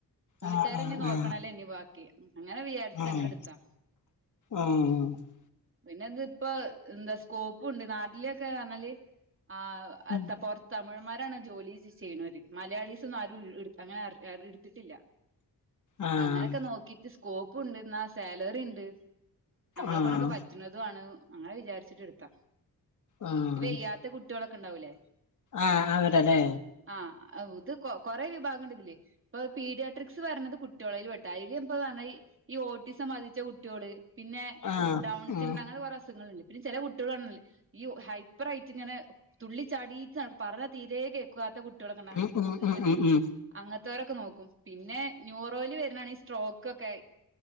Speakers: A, on the right; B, on the left.
A: വീട്ടുകാരനിീ
B: ആഹ്
A: നോക്കണല്ലേ
B: ആഹ്
A: ഇനി ബാക്കി അങ്ങനെ വിചാരിച്ചിട്ട്
B: ആഹ്
A: അങ്ങനെ എടുത്താ
B: ആഹ് ആഹ്
A: പിന്നെ ഇതിപ്പോൊ,, എന്താ സ്കോപ്പ് ഉണ്ട് നാട്ടിലൊക്കെ പറഞ്ഞാല് ആ
B: ഉം
A: പുറത്ത് തമിഴന്മാരാണ് ജോലി സി ചെയ്യണൊരു മലയാളീസൊന്നും ആരും അങ്ങനെ എടുത്തിട്ടില്ല അപ്പ
B: ആഹ്
A: അങ്ങനെയൊക്കെ നോക്കിട്ട് സ്കോപ്പ് ഉണ്ട് എന്നാ സാലറി ഉണ്ട് നമ്മളെ
B: ആഹ്
A: കൊണ്ടൊക്കെ പറ്റുന്നതു ആണ് അങ്ങനെ വിചാരിച്ചിട്ട് എടുത്താ
B: ആഹ്
A: ഇവെയ്യാത്ത കുട്ടി കുട്ടികളൊക്കെ ഉണ്ടാവില്ലേ
B: ആഹ് അവരല്ലേ
A: ആഹ് ഇത് കൊറെ വിഭാഗംണ്ട് ഇതില് ഇപ്പൊ പീഡിയാട്രിക്സ് പറയണത് കുട്ടികളൽ പട്ട അതില് ഇപ്പൊ പറഞ്ഞ ഈ ഒട്ടിസം ബാധിച്ച കുട്ടികള് പിന്നെ
B: ആഹ്
A: ഡൗൺസിണ്ട്രാ
B: ഉം
A: അങ്ങനെ കുറെേ അസുഖങ്ങൾഇല്ലേ പിന്നെ ചെല കുട്ടികളാണല്ലേ ഈ ഹൈപ്പർ ആയിട്ട് ഇങ്ങനെ തുള്ളി ചാടിട്ട് പറഞ്ഞ തീരേകേക്ക് നക്കാത്ത കുട്ടികളൊക്കെ
B: ഉം ഉം
A: ഇങ്ങനെ
B: ഉം ഉം ഉം
A: അങ്ങനത്തെവരൊക്കെ നോക്കും പിന്നെ ന്യൂറോൽ വരുന്നാണ് ഈ സ്ട്രോക്ക്ക്കെ